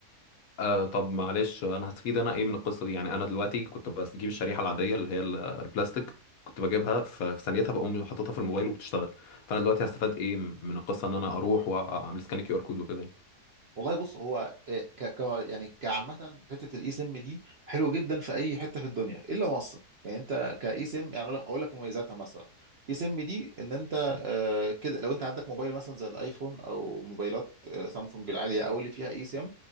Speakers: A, on the left (about 65°); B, on the right (about 55°).
A: أه طب معلش انا هستفيد انا ايه من القصه دي يعني انا دلوقتي كنت بجيب الشريحه العاديه اللي هي ال- البلاستيك كنت بجيبها ف- في ثانيتها بقوم حاططها في الموبايل وبتشتغل فانا دلوقتي هستفاد ايه من القصه ان انا اروح واعمل سكان كيو ار كود وكده يعني
B: والله بص هو آه، ك ك- يعني كعامة حتة الاي سم دي حلو جدا في اي حتة في الدنيا الا مصر يعني انت كاي سم يعني أنا هقول لك مميزاتها مثلا اي سم دي ان انت آه كده لو انت عندك موبايل مثلا زي الايفون او موبايلات آه سامسونج العالية او اللي فيها اي سم